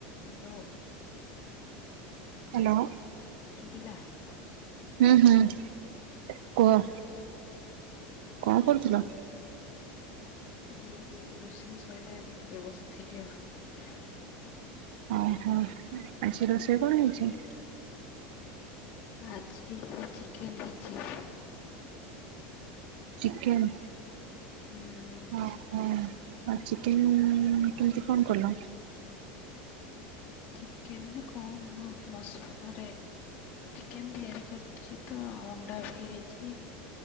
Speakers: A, on the left (about 35°); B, on the right (about 75°).
A: Hello.
B: Hello.
A: ଶୁଭିଲା।
B: ହୁଁ ହୁଁ କୁହ କଣ କରୁଥିଲ?
A: ଏଇ ରୋଷେଇ ସଇଲା ଏବେ ଟିକେ ବସିଥିଲି ଆଉ
B: ଓହୋ ଆଜି ରୋଷେଇ କଣ ହେଇଛି?
A: ଆଜି ଚିକେନ୍ ହେଇଛି।
B: ଚିକେନ
A: ଉଁ
B: ଓ ହୋ। ଆଉ ଚିକେନ କେମିତି କଣ କଲ?
A: ଚିକେନରେ କଣ ମସଲାରେ ଚିକେନ ତିଆରି କରୁଛି ତ ଅଣ୍ଡା ବି ହେଇଛି